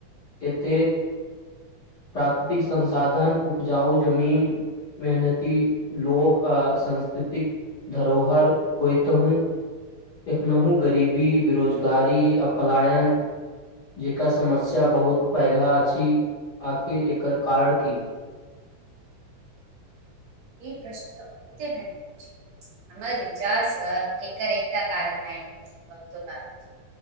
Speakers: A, on the left; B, on the right.
A: एतेक प्राकृतिक संसाधन, उपजाउ जमीन। मेहनती लोक, आ संंस्कृतिक। धरोहर, होइत हूँ एखनहु गरीबी, बेरोजगारी, आ पलायन! जेकर समस्या बहुत पैघा अछि, आखिर एकर कारण की?
B: ई प्रश्न तऽ बहुते महत्व छै। हमर विचार स, एकर एकटा कारण नहि, बलकि बहुतो कारण छै।